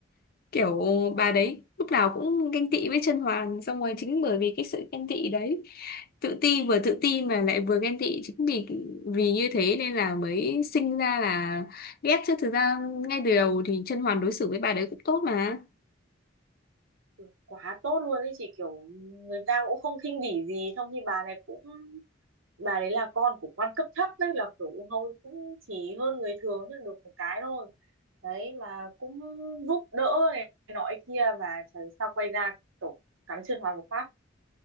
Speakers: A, on the left; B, on the right.
A: kiểu bà đấy
B: Ừ,
A: lúc nào cũng ganh tị với Chân Hoàn xong rồi chính bởi vì cái sự ganh tị đấy tự ti vừa tự ti mà lại vừa ghen tị chính vì vì như thế nên là mới sinh ra là ghét chứ thực ra ngay từ đầu thì Chân Hoàn đối xử với bà đấy cũng tốt mà
B: kiểu quá tốt luôn ấy chị kiểu người ta cũng không khinh bỉ gì trong khi bà này cũng bà đấy là con của quan cấp thấp đấy là kiểu cũng hầu cũng chỉ hơn người thường chứ được một cái thôi đấy mà cũng giúp đỡ này nọ kia mà trời sao quay ra kiểu cắn chân hoàn một phát